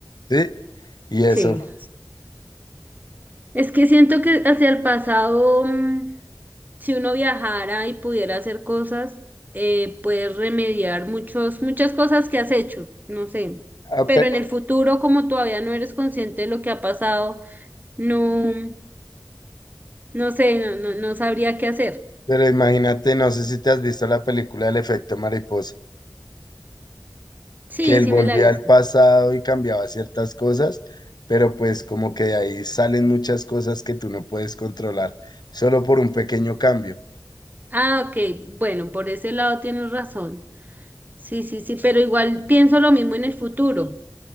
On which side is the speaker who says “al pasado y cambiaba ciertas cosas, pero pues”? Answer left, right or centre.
Left